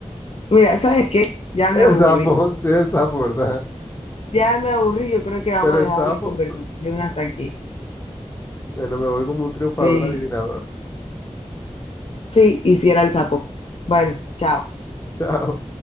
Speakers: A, on the left; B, on the left.
A: mira, ¿sabes qué? Ya me
B: El
A: aburrí.
B: sapo, <laughs> sí, el sapo, ¿verdad?
A: Ya me aburrí. Yo creo que vamos
B: Pero
A: a
B: el
A: dejar
B: sapo,
A: la conversación hasta aquí.
B: bueno, me voy como un triunfador
A: Sí,
B: adivinador.
A: sí, hiciera el sapo. Bueno, chao.
B: <laughs> Chao.